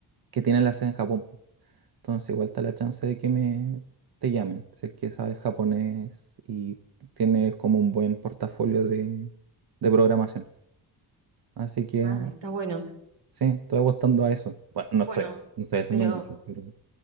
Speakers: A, on the right; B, on the right.
A: que tienen la sede en Japón. Entonces igual está la chance de que me te llamen, si es que sabes japonés y tienes como un buen portafolio de, de programación. Así que
B: Ah, está bueno.
A: sí, estoy apostando a eso. Bueno, no estoy,
B: Bueno,
A: hac- no estoy haciendo
B: pero
A: mucho, pero...